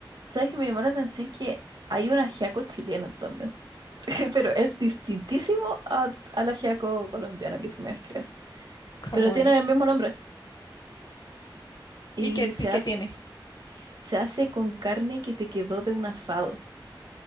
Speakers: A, on the right; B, on the left.
A: ¿Sabes que me llamó la atención que hay un ajiaco chileno también? <laughs> Pero es distintísimo a- al ajiaco colombiano que tú me describes.
B: ¿cómo
A: Pero tienen
B: es?
A: el mismo nombre y
B: ¿Y qué, ti-
A: se
B: qué
A: hace.
B: tiene?
A: Se hace con carne que te quedó de un asado.